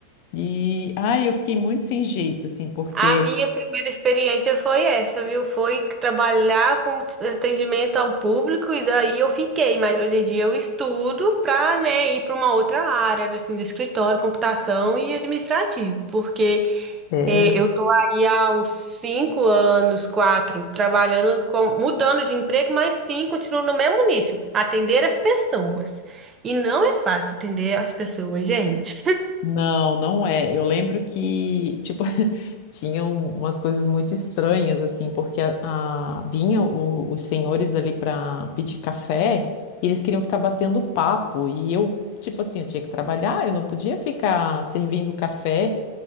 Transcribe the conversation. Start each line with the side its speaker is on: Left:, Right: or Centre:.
Left: e ai, eu fiquei muito sem jeito, assim, porque.
Right: A minha primeira experiência foi essa, viu? Foi trabalhar com atendimento ao público e daí eu fiquei, mas hoje em dia eu estudo para, né, ir para uma outra área, assim, de escritório, computação e administrativo, porque
Left: É.
Right: É, eu tô aí há uns cinco anos, quatro, trabalhando com, mudando de emprego, mas sim, continuo no mesmo nicho, atender as pessoas. E não é fácil atender as pessoas, gente.
Left: Não, não é. Eu lembro que, tipo, <laughs> tinham umas coisas muito estranhas, assim, porque a, a- vinha o- os senhores ali para pedir café, e eles queriam ficar batendo papo, e eu, tipo assim, eu tinha que trabalhar, eu não podia ficar servindo café,